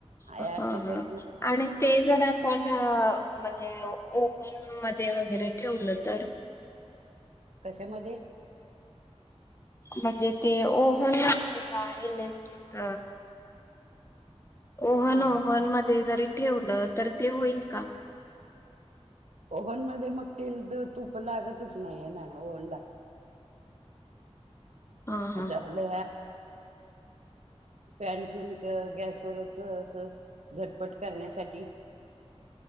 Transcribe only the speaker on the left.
ह
ह
आणि ते जर आपण म्हणजे ओव्हन मध्ये वगैरे ठेवलं तर
म्हणजे ते ओव्हन नसते का इलेक्ट्रिक ओहन
ओहन मध्ये जरी ठेवलं तर ते होईल का?
हा हा